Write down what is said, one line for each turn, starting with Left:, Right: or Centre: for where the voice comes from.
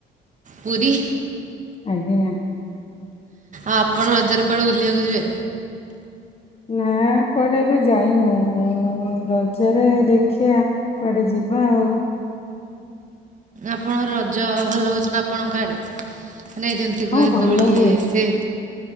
Right: ପୁରୀ
Left: ଆଜ୍ଞା
Right: ଆଉ ଆପଣ ରଜରେ କୁଆଡେ ବୁଲିବାକୁ ଯିବେ?
Left: ନା କୁଆଡ଼େ ଏବେ ଯାଇନୁ ରଜରେ ଦେଖିଆ କୁଆଡ଼େ ଯିବା ଆଉ।
Right: ଆପଣଙ୍କର ରଜ ଭଲ ହେଉଛି ନା ଆପଣଙ୍କ ଆଡ଼େ ନାଇଁ ଯେମିତି
Left: ହଁ
Right: ହୁଏ
Left: ଭଲ
Right: ଦୋଳି ଇଏ
Left: ହୁଏ।
Right: ସିଏ